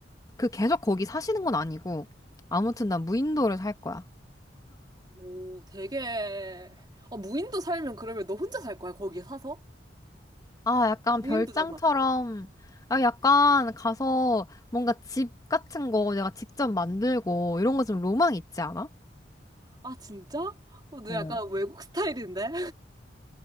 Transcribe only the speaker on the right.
오, 되게. 아, 무인도 살면 그러면 너 혼자 살 거야, 거기 사서?
무인도잖아.
아, 진짜? 어, 너
약간 외국 스타일인데?